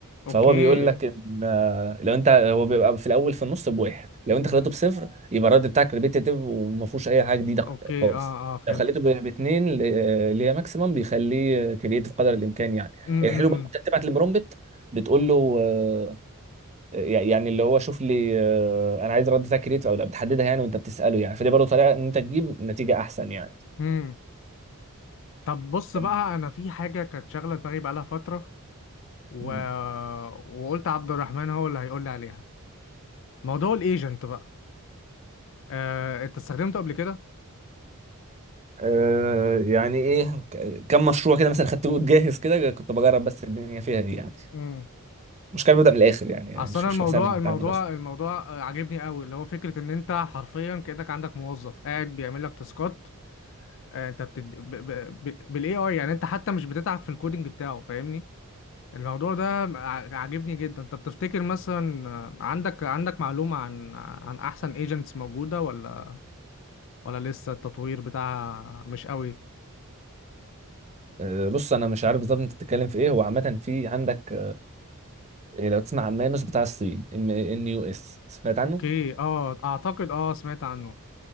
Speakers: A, on the left; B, on the right.
A: اوكي
B: فهو بيقول لك ان آه، لو انت هو بيبقى في الاول في النص بواحد لو انت خليته
A: امم
B: بصفر يبقى الرد بتاعك ريبيتيتيف وما فيهوش اي حاجه جديده
A: اوكي
B: خالص
A: اه اه فهمتك
B: لو خليته ب- باثنين ل- آه، اللي هي ماكسيمم بيخليه كرياتيف قدر الامكان يعني
A: امم
B: الحلو بقى انت بتبعت البرومبت بتقول له آه، يعني اللي هو شوف لي آه، انا عايز الرد بتاعك كرياتيف او لا بتحددها يعني وانت بتساله يعني فدي برضه طريقه ان انت تجيب نتيجه احسن يعني
A: امم طب بص
B: كان-
A: بقى انا في حاجه كانت شاغله دماغي بقالها فتره و...
B: مم.
A: وقلت عبد الرحمن هو اللي هيقول لي عليها موضوع الايجنت بقى آه، انت استخدمته قبل كده
B: آه يعني ايه ك- كم مشروع كده مثلا خدته جاهز كده كنت بجرب بس الدنيا فيها ايه يعني
A: امم
B: مش كان ببدأ من الاخر يعني
A: اصل
B: مش
A: انا
B: مش
A: الموضوع
B: مثلا من
A: الموضوع
B: بتاع المدرسه
A: الموضوع آه، عاجبني قوي اللي هو فكره ان انت حرفيا كانك عندك موظف قاعد بيعمل لك تاسكات آه، انت بتد... ب... ب... ب... بالاي اي يعني انت حتى مش بتتعب في الكودينج بتاعه فاهمني الموضوع ده ع- عاجبني جدا طب تفتكر مثلا آه، عندك عندك معلومه عن عن احسن ايجنتس موجوده ولا ولا لسه التطوير بتاعها مش قوي
B: آه بص انا مش عارف بالظبط انت بتتكلم في ايه هو عامه في عندك آه لو تسمع عن مانوس بتاع الصين ام ان يو اس سمعت عنه
A: اوكي اه اعتقد اه سمعت عنه